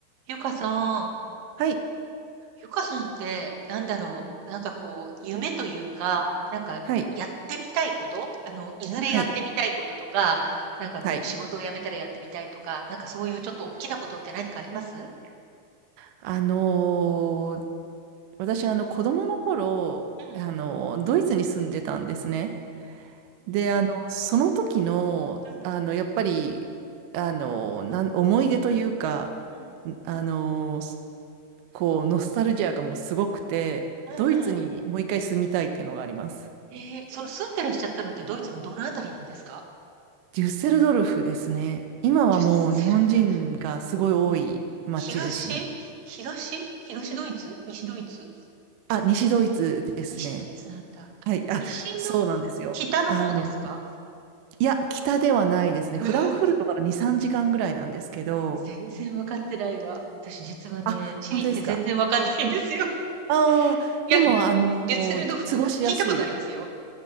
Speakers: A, on the right; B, on the right.
A: ゆかさん、
B: はい、
A: ゆかさんってなんだろう、なんかこう、夢というか、なんかやってみたいこと、
B: はい、
A: あの、いずれやってみたいこととか、
B: はい、
A: なんかこう、
B: はい。
A: 仕事を辞めたらやってみたいとか、なんかそういうちょっと大きなことって何かあります
B: あのー私、あの、子供の頃、
A: うん、
B: あのードイツに住んでたんですね。で、あの、その時の、
A: うん、
B: あの、やっぱり、あのーなん、思い出というか、
A: うん、
B: んあのーこう、ノスタルジアがもうすごくて、
A: うん、
B: ドイツにもう一回住みたいっていうのがあります。
A: うん。えー、その住んでらっしゃったのってドイツのどのあたりなんですか
B: デュッセルドルフですね。今はもう日本人がすごい多い街ですね。
A: デュッセルドルフ。東東東ドイツ西ドイツ
B: あ、西ドイツですね。
A: 西ドイツなんだ。
B: はい。あ、
A: 西の
B: そうなんですよ。
A: 北の方ですか
B: あの、いや、北ではないですね。
A: えー
B: フランクフルトから2、3時間ぐらいなんですけど、
A: 全然分かってないわ。私実はね、
B: あ、
A: チリって全然わかんないんですよ。
B: 本当ですか。
A: <laughs>
B: ああ、でも、
A: いや、
B: あのー過ごしやすい。
A: デュッセルドフルク聞いたことありますよ。